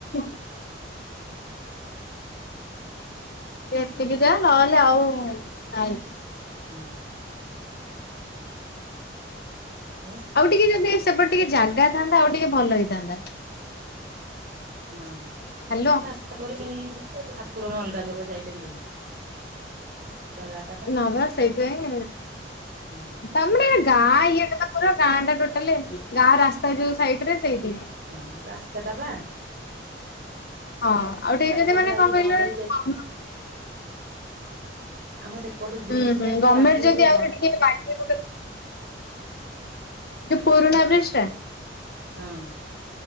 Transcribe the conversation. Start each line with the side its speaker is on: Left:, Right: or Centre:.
Left: <unintelligible> ଏତିକି ଯା ନହେଲେ ଆଉ ନାଇଁ।
Right: ହଁ। ହାଲୋ।
Left: ଆଉ ଟିକେ ଯଦି ସେପଟେ ଟିକେ ଜାଗା ଥାନ୍ତା ଆଉ ଟିକେ ଭଲ ହେଇଥାନ୍ତା।
Right: ହଁ
Left: ହାଲୋ
Right: ଆସ ତାପରେ ସେଇ ଠାକୁରଙ୍କ ଅଲଗା ଜାଗା ଆଉ ଯାଇପାରିବେ କି ସେଟା ରା
Left: ନା ବା ସେଇଥିପାଇଁ
Right: ହଁ।
Left: ତମର ଗାଁ ଇଏଟା ତ ପୁରା ଗାଁ ଟା ଟୋଟାଲ ଗାଁ ରାସ୍ତା ଯୋଉ ସାଇଟ ରେ ସେଇଠି।
Right: ହଁ ରାସ୍ତାଟା ପା।
Left: ହଁ ଆଉ ଟିକେ ଯଦି
Right: ସେପଟେ
Left: ମାନେ
Right: ଆହୁରି
Left: କଣ
Right: ବନ୍ଦ
Left: କହିଲେ
Right: ହେଇଯାଇ ଆମ ସେପଟେ ବ୍ରିଜ୍
Left: ହୁଁ ହୁଁ
Right: ଟା ହେଇଚି
Left: ଗଭର୍ଣ୍ଣମେଣ୍ଟ
Right: ଆଗେ
Left: ଯଦି
Right: ଯୋଉ ବ
Left: ଆହୁରି ଟିକେ ବାଗେଇ ଗୋଟେ ଯୋଉ ପୁରୁଣା ବ୍ରିଜ୍ ଟା।
Right: ହଁ।